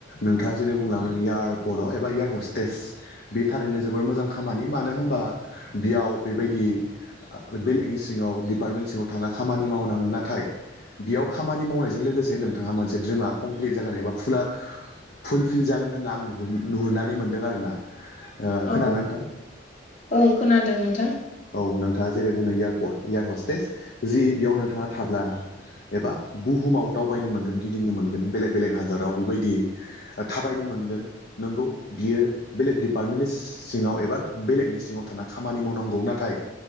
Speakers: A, on the left (about 60°); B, on the left (about 40°).
A: नोंथाङा जेरै बुंलांदों एयारपर्टआव एबा एयार हस्टेस बेटारिनो जोबोर मोजां खामानि मानो होनबा बेयाव बेबायदि बेलकनि सिङाव डिपार्टमेन्ट सिङाव थानानै खामानि मावनाङो नाथाय बेयाव खामानि मावनायजों लोगोसे नोंथाङा मोनसे ड्रिमा कमप्लिट जागोन एबा फुला फुलफिल जागोन होनना आं नुहुरनानै मोनदों आरोना। खोनादों
B: औ
A: ना नोंथां
B: औ खोनादों नोंथां
A: औ नोंथाङा जेरै बुंदों‌ इयार इयार हस्टेस जि बेयाव नोंथाङा थाब्ला एबा बुहुमाव दावबायनो मोनगोन गिदिंनो मोनगोन बेलेग बेलेग हादराव बेबायदि थाबायनो मोनगोन नंगौ। बियो बेलेग दिडिपार्टमेन्टनि सिङाव एबा बेलेगनि सिङाव थाना खामानि मावनांगौ नाथाय।